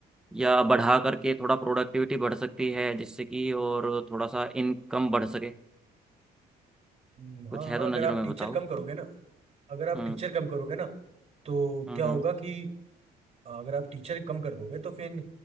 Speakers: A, in the centre; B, on the right (about 35°).
A: या बढ़ा करके थोड़ा प्रोडक्टिविटी बढ़ सकती है जिससे कि और थोड़ा सा इनकम बढ़ सके
B: हम्म,
A: कुछ
B: हाँ
A: है
B: हाँ
A: तो नज़रों
B: अगर आप
A: में
B: टीचर
A: बताओ
B: कम करोगे ना अगर आप
A: हम्म
B: टीचर कम करोगे ना तो
A: हम्म
B: क्या होगा
A: हम्म
B: कि अगर आप टीचर कम कर दोगे तो फिर